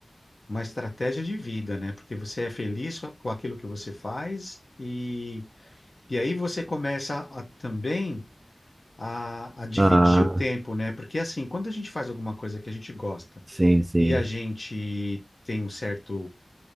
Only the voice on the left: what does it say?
uma estratégia de vida, né? Porque você é feliz com com aquilo que você faz e, e aí você começa a também a, a dividir
o tempo, né? Porque assim, quando a gente faz alguma coisa que a gente gosta
e a gente tem um certo